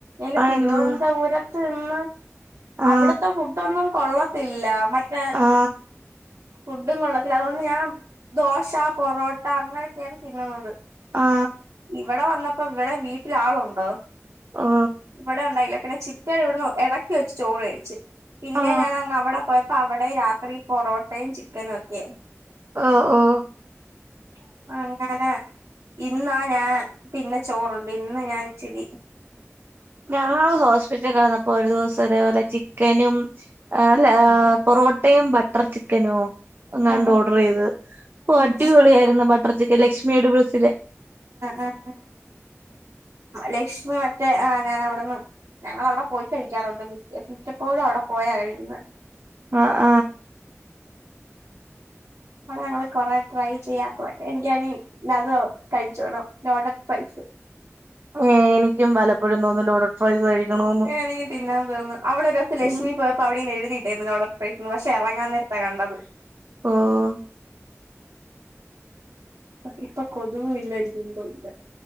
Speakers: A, on the right; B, on the right.
A: ഇല്ലേ
B: ആ
A: തിരുവന്തപുരത്ത്
B: എന്തോ
A: നിന്ന്
B: ആ
A: അവിടുത്തെ ഫുഡൊന്നും കൊള്ളത്തില്ല മ <unintelligible>
B: ആ
A: ഫുഡും കൊള്ളത്തില്ല അതുകൊണ്ട് ഞാൻ ദോശ പൊറോട്ട അങ്ങനെയൊക്കെയാണ് തിന്നുന്നത്
B: ആ
A: ഇവിടെ വന്നപ്പോ ഇവിടെ വീട്ടില ആളുണ്ടോ
B: ഓ
A: ഇവിടെണ്ടായില്ല പിന്നെ ചിറ്റ വിടുന്ന് ഇടക്ക് വെച്ച് ചോറ് കഴിച്ചു പിന്നെ
B: ആ
A: ഞാനങ്ങവിടെ പോയപ്പോ അവിടെ രാത്രി പൊറോട്ടയും ചിക്കനും ഒക്കെ
B: ഓഹ് ഓഹ്
A: <unintelligible> ഞാന ഇന്നാ ഞാൻ പിന്നെ ചോറുണ്ട് ഇന്ന് ഞാൻ ഇച്ചിരി
B: ഞങ്ങള് ഹോസ്പിറ്റല് കെടന്നപ്പോ ഒരു ദിവസം ഇതേപോലെ ചിക്കനും അല്ലാ പൊറോട്ടയും ബട്ടർ ചിക്കനും എങ്ങാണ്ട്
A: ആ
B: ഓർഡർ ചെയ്ത് ഓ
A: ഉം
B: അടിപൊളിയായിരുന്നു ബട്ടർ ചിക്കൻ ലക്ഷ്മിയ എടുബിൾസിലെ
A: <unintelligible> ലക്ഷ്മി മറ്റേ ആ ഞാൻ അവിടുന്ന് ഞങ്ങള അവിടെ പോയി കഴിക്കാറുണ്ട് മിക്കപ്പോഴും അവിടെ പോയാ കഴിക്കുന്നേ
B: ആഹ്
A: അടെ ഞങ്ങള് കൊറെ ട്രൈ ചെയ്യാത്തതൊക്കെ എനിക്കണേ ലത് കഴിച്ചോണം ലോഡഡ് ഫ്രൈസ്
B: ഏഹ് എനിക്കും പലപ്പഴും തോന്നും ലോഡഡ് ഫ്രൈസ് കഴിക്കണോന്ന്
A: എനിക്ക് തിന്നാൻ തോന്നന്ന് അവിടെ ഒരുസം ലക്ഷ്മി
B: ഉം
A: പോയപ്പോ അവിടിങ്ങനെ എഴുതിയിട്ടേക്കുന്നു ലോഡഡ് ഫ്രൈസെന്ന് പക്ഷെ എറങ്ങാൻ നേരത്താ കണ്ടത്
B: ഓഹ്
A: ഇപ്പക്കൊതുവുല്ല ഒരു കുന്തോല്ല